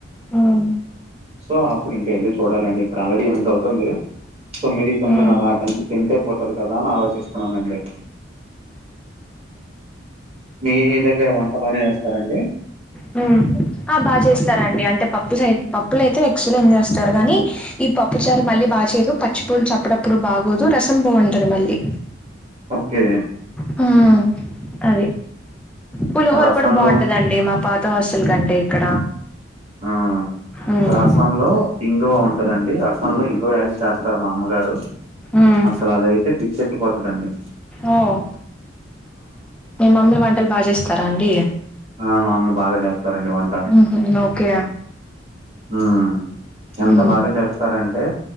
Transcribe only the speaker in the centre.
మ్మ్
మ్మ్
హ్మ్ ఆ బా చేస్తారండి అంటే పప్పు పప్పులైతే ఎక్సలెంట్ జేస్తారు కానీ ఈ పప్పు చారు మళ్ళీ బాచేయరు పచ్చిపులుసు అప్పుడప్పుడు బాగోదు రసం బావుంటది మళ్ళీ
హ్మ్ అది పులిహోర
కూడా బాగుంటదండి మా పాత హాస్టల్ కంటే ఇక్కడ
ఉమ్
ఉమ్
ఓహ్ మీ మమ్మీ వంటలు బా చేస్తారా అండి
ఉహు ఓకే
ఉమ్